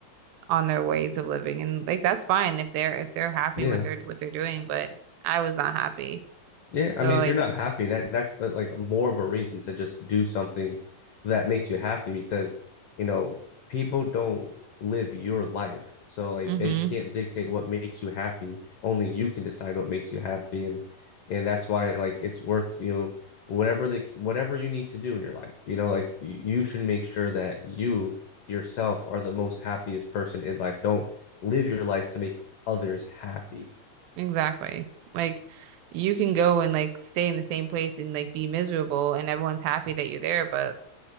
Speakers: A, on the right (about 85°); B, on the left (about 75°).
A: on their ways of living. And like that's fine if they're if they're happy
B: Yeah.
A: with their what they're doing, but I was not happy.
B: Yeah,
A: So
B: I mean,
A: like,
B: if you're not happy, that that's uh, like more of a reason to just do something that makes you happy because, you know, people don't live your life. So like
A: mm-hmm.
B: they can't dictate what makes you happy. Only you can decide what makes you happy and and that's why like it's worth, you know, whatever the whatever you need to do in your life. You know, like y- you should make sure that you yourself are the most happiest person in life. Don't live your life to make others happy.
A: Exactly. Like you can go and like stay in the same place and like be miserable and everyone's happy that you're there, but